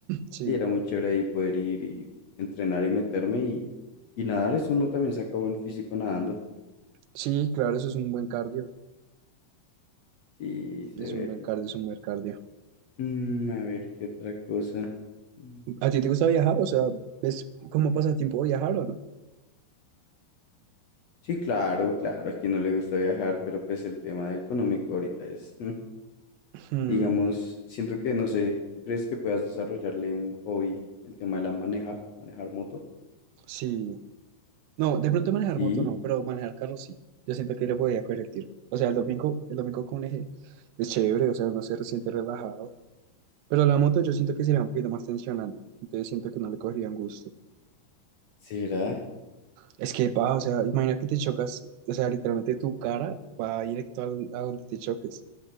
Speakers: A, on the right; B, on the left.
A: Sí,
B: Sí, era muy chévere ahí poder ir y entrenar y meterme y, y nadar. Eso uno también saca buen físico nadando.
A: sí, claro, eso es un buen cardio.
B: Sí, severo.
A: Es un buen cardio, es un buen cardio.
B: Mm, a ver, ¿qué otra cosa? Mm,
A: ¿A ti te gusta viajar? O sea, ¿ves cómo pasa el tiempo viajar o no?
B: Sí, claro, claro, a quien no le gusta viajar, pero pues el tema económico ahorita es, mm,
A: Hmm,
B: digamos, siento que, no sé, ¿tú crees que puedas desarrollarle un hobby, el tema de la manejar, manejar moto?
A: sí. No, de pronto manejar
B: Sí,
A: moto no, pero manejar carro sí. Yo siento que le podía coger el tiro. O sea, el domingo, el domingo con un eje es chévere, o sea, uno se siente relajado. Pero la moto yo siento que sería un poquito más tensionante. Entonces siento que no le cogerían gusto.
B: será.
A: Es que va, o sea, imagina que te chocas, o sea, literalmente tu cara va directo al- a donde te choques.